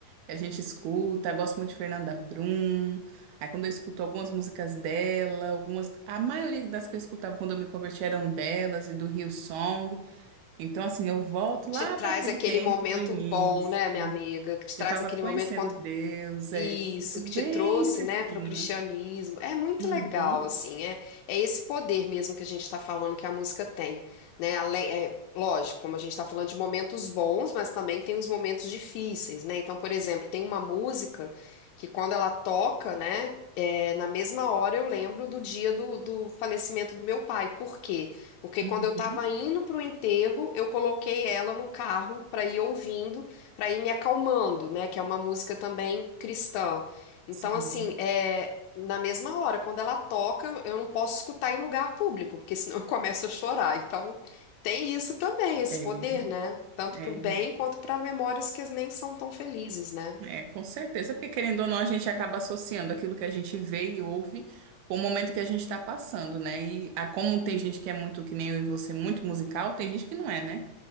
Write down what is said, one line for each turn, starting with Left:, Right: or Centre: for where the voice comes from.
Right: que a gente escuta. Gosto muito de Fernanda Brum. Aí quando eu escuto algumas músicas dela, algumas. A maioria das que eu escutava quando eu me converti eram delas e do Rio Song Então, assim, eu volto lá
Left: Te traz
Right: para aquele
Left: aquele
Right: tempo
Left: momento
Right: do início.
Left: bom, né, minha amiga? Que te
Right: Eu
Left: traz
Right: tava
Left: aquele
Right: conhecendo
Left: momento quando
Right: Deus, é.
Left: Isso,
Right: Tudo
Left: que te
Right: bem
Left: trouxe,
Right: fresquinho.
Left: né, para o cristianismo. É muito
Right: Uhum,
Left: legal, assim, é, é esse poder mesmo que a gente está falando que a música tem, né? Além, é, lógico, como a gente está falando de momentos bons, mas também tem os momentos difíceis, né? Então, por exemplo, tem uma música que quando ela toca, né, é, na mesma hora eu lembro do dia do, do falecimento do meu pai. Por quê? Porque
Right: uhum,
Left: quando eu estava indo para o enterro, eu coloquei ela no carro para ir ouvindo para ir me acalmando, né? Que é uma música também cristã. Então,
Right: sim.
Left: assim, é na mesma hora, quando ela toca, eu não posso escutar em lugar público, porque senão <laughs> eu começo a chorar. Então, tem isso também, esse
Right: É,
Left: poder, né? Tanto
Right: é.
Left: para o bem quanto para memórias que nem são tão felizes, né?
Right: É, com certeza, porque querendo ou não, a gente acaba associando aquilo que a gente vê e ouve com o momento que a gente está passando, né? E a, como tem gente que é muito, que nem eu e você, muito musical, tem gente que não é, né?